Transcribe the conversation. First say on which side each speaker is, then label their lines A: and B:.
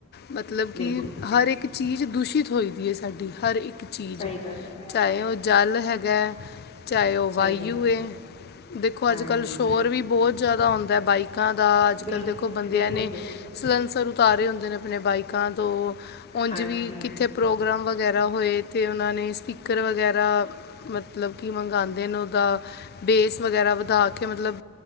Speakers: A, on the left; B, on the left.
A: ਮਤਲਬ
B: ਬਿਲਕੁਲ
A: ਕਿ ਹਰ ਇੱਕ ਚੀਜ਼ ਦੂਸ਼ਿਤ ਹੋ ਦੀ ਹੈ ਸਾਡੀ, ਹਰ ਇੱਕ ਚੀਜ਼
B: ਸਹੀ ਗੱਲ ਹੈ
A: ਚਾਹੇ ਉਹ ਜਲ ਹੈਗਾ, ਚਾਹੇ ਉਹ
B: ਸਹੀ
A: ਵਾਯੂ
B: ਗੱਲ ਹੈ
A: ਦੇਖੋ
B: ਹਾਂਜੀ
A: ਅੱਜ ਕੱਲ੍ਹ ਸ਼ੋਰ ਵੀ ਬਹੁਤ ਜ਼ਿਆਦਾ ਆਉਂਦਾ ਬਾਈਕਾਂ ਦਾ, ਅੱਜ
B: ਬਿਲਕੁਲ
A: ਕੱਲ੍ਹ ਦੇਖੋ ਬੰਦਿਆਂ
B: ਬਿਲਕੁਲ
A: ਨੇ
B: ਬਿਲਕੁਲ
A: ਸਰੰਸਰ ਉਤਾਰੇ ਹੁੰਦੇ ਨੇ ਆਪਣੇ ਬਾਈਕਾਂ ਤੋਂ, ਉਂਝ
B: ਹਾਂਜੀ
A: ਵੀ ਕਿੱਥੇ ਪ੍ਰੋ ਪ੍ਰੋਗਰਾਮ ਵਗੈਰਾ ਹੋਏ ਤੇ, ਉਹਨਾਂ ਨੇ ਸਪੀਕਰ ਵਗੈਰਾ, ਮਤਲਬ ਕਿ ਮੰਗਵਾਉਂਦੇ ਨੇ ਉਹਦਾ ਬੇਸ ਵਗੈਰਾ ਦਾ ਕੇ ਮਤਲਬ